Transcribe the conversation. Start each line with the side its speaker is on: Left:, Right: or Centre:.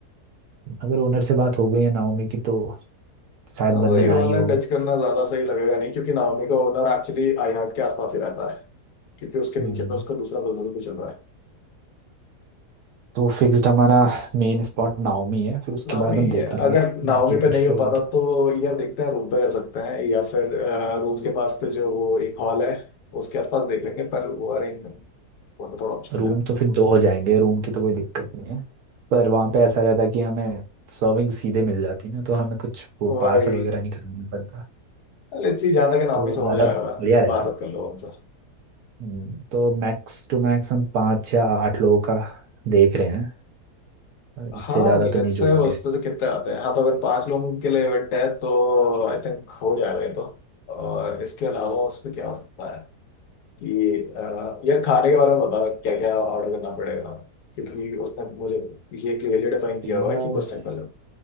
Right: अगर ओनर से बात हो गई है नाओमी की तो शायद
Left: हाँ,
Right: बंद
Left: वही
Right: ना
Left: ओनर
Right: ही हो
Left: टच करना ज्यादा सही लगेगा नहीं क्योंकि नाओमी का ओनर एक्चुअली आई हार्ट के आसपास ही रहता है क्योंकि उसके
Right: हम्म,
Left: नीचे पे उसका दूसरा बिजनेस भी चल रहा है
Right: तो फिक्स्ड हमारा मेन स्पॉट नाओमी है फिर उसके
Left: नाओमी
Right: बाद हम देख
Left: ये
Right: लेंगे
Left: अगर नाओमी
Right: बाकी कुछ
Left: पे नहीं हो
Right: होगा
Left: पाता
Right: तो
Left: तो यार देखते हैं रूम पे कर सकते हैं या फिर रूम के पास पे जो वो एक हॉल है उसके आसपास देख लेंगे पर वो अरेंजमेंट होना थोड़ा मुश्किल
Right: रूम
Left: है अह,
Right: तो फिर दो हो जाएंगे रूम की तो कोई दिक्कत नहीं है पर वहाँ पे ऐसा रहता कि हमें सर्विंग सीधे मिल जाती ना तो हमें कुछ वो
Left: वही
Right: पार्सल वगैरह नहीं करना पड़ता
Left: लेट्स सी जहाँ तक नाओमी
Right: तो वो
Left: से
Right: ज़्यादा
Left: हो जाएगा
Right: बढ़िया
Left: तो बात
Right: रहता
Left: बात कर लो उनसे
Right: हम्म, तो मैक्स टू मैक्स हम पाँच या आठ लोगों का देख रहे हैं
Left: हाँ
Right: इससे ज़्यादा
Left: लेट्स
Right: तो नहीं जुड़ेंगे
Left: से उस पे से कितने आते हैं हाँ तो अगर पांच लोगों के लिए इवेंट है तो आई थिंक हो जाएगा ये तो और इसके अलावा उस पे क्या हो सकता है कि अ, यार खाने के बारे में बता क्या क्या ऑर्डर करना पड़ेगा क्योंकि उसने मुझे ये क्लियरली डिफाइन किया
Right: पिज़्ज़ाज
Left: हुआ है कि कुछ टाइम पहले